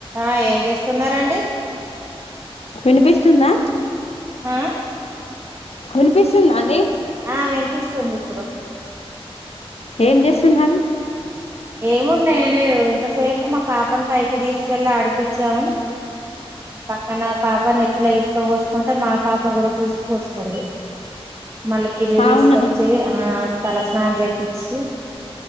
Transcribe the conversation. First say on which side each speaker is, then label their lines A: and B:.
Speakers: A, on the right (about 25°); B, on the left (about 85°).
A: ఆ ఏం చేస్తున్నారండి
B: వినిపిస్తుందా
A: ఆ
B: వినిపిస్తుందా అండి
A: ఆ వినిపిస్తుంది ఇప్పుడు
B: ఏం చేస్తున్నారు
A: ఏముంది లేదు ఎంత సేపు మా పాప పైకి తీసు కెళ్ళ ఆడిపిచ్చాము పక్కన పాప నెత్తెలా ఇసుక పోసుకుంటే మా పాప కూడా చూసి పోసుకోంది మళ్లీ కిందికి
B: అవునా
A: తీసుకొచ్చి ఆ తల స్నా స్నానం చేపిచ్చి